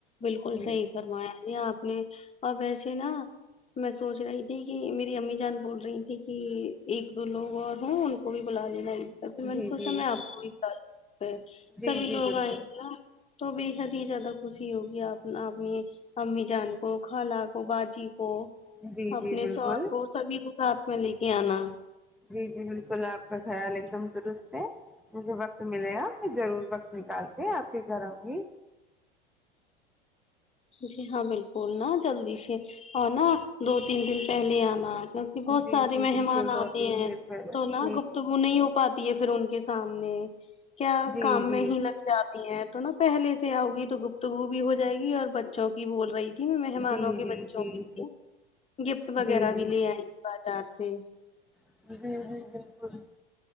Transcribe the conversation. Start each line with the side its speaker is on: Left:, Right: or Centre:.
Left: بالکل
Centre: جی
Left: صحیح فرمایا جی آپ نے اب ایسے نہ میں سوچ رہی تھی کہ میری امی جان بول رہی تھی کہ ایک دو لوگ اور ہوں ان کو بھی بلا لینا ہی دیتا پھر میں
Centre: جی
Left: نے سوچا
Centre: جی
Left: میں آپ
Centre: جی
Left: کو بھی بلنلونگی پھر
Centre: بالکل جی
Left: سبھی
Centre: جی
Left: لوگ
Centre: بالکل
Left: آئینگے نہ تو بے حد ہی زیادہ خوشی ہوگی آپ آپنی امی جان کو کھلا کو باجی کو
Centre: جی
Left: اپنے
Centre: جی بالکل
Left: شوہر کو سبھی کو ساتھ میں لے کے آنا
Centre: جی جی بالکل آپ کا خیال ایک دم درست ہے مجھے وقت ملے گا میں ضرور وقت نکال کے آپ کے گھر آؤں گی
Left: جی ہاں بالکل نا جلدی سے اور نا دو تین دن پہلے آنا آج بہت
Centre: جی
Left: سارے
Centre: جی
Left: مہمان
Centre: بالکل دو
Left: آتے
Centre: تین
Left: ہیں
Centre: دن پہلے
Left: تو نہ
Centre: جی
Left: گفتگو وہ نہیں ہو پاتی ہے پھر ان کے سامنے کیا
Centre: جی
Left: کام
Centre: جی
Left: میں ہی لگ جاتا تے ہیں تو نا پہلے سے آؤگی تو گفتگو بھی ہو جائے گی اور بچوں کی بول رہی تھی نہ میں مہمانوں
Centre: جی جی
Left: کے بچوں
Centre: جی جی
Left: کے لیے گفٹ
Centre: جی
Left: وغیرہ
Centre: جی
Left: بھی لے آئی بازار سے
Centre: <unintelligible> بالکل